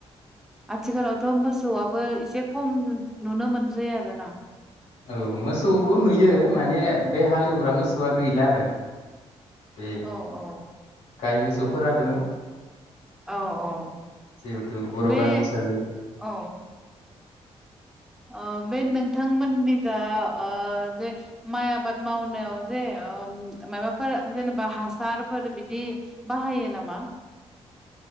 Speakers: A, in the centre; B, on the left.
A: आथिखालावथ' मोसौआबो एसे खम नु-नुनो मोनसै आरो ना।
B: औ मोसौबो नुयो माने बे हालेवग्रा मोसौआ गैला आरो। बे
A: औ औ।
B: गाय मोसौफोरा दङ
A: औ औ
B: जिहेथु बर'
A: बे
B: गामि हिसाबै
A: औ ओ बे नोंथांमोननि जा ओ जे माइ आबाद मावनायाव जे ओ मायबाफोर जेनेबा हासारफोर बिदि बाहायो नामा?